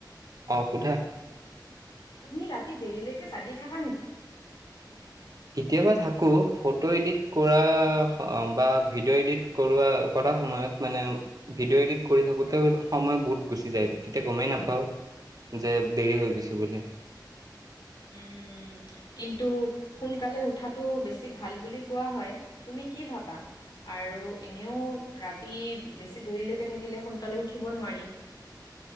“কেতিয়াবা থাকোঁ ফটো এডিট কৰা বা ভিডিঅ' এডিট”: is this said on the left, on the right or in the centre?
Right